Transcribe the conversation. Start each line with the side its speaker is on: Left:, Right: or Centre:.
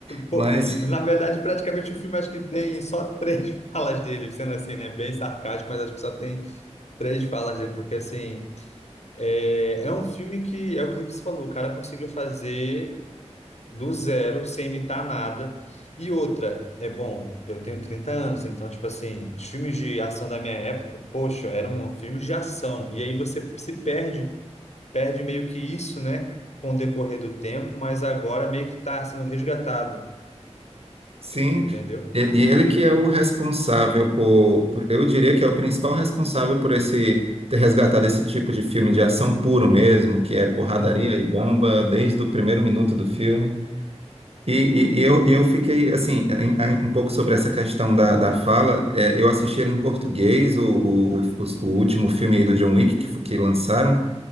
Right: mas...
Left: Pô, na verdade, praticamente o filme acho que tem só três <laughs> falas dele, sendo assim, né? Bem sarcástico, mas acho que só tem três falas dele, porque assim, é, é um filme que é aquilo que você falou, o cara conseguiu fazer do zero, sem imitar nada. E outra, é bom, eu tenho 30 anos, então, tipo assim, os filmes de ação da minha época, poxa, eram filmes de ação. E aí você se perde perde meio que isso, né, com o decorrer do tempo, mas agora meio que está sendo resgatado,
Right: Sim,
Left: entendeu?
Right: e e ele que é o responsável por, por- eu diria que é o principal responsável por esse ter resgatado esse tipo de filme de ação puro mesmo, que é porradaria
Left: Uhum,
Right: e bomba desde o primeiro minuto do filme. E, e- e eu, e eu fiquei assim, em- em- um pouco sobre essa questão da, da fala. é, eu assisti ele em português, o, o, o, os- o último filme aí do John Wick que, f- que lançaram.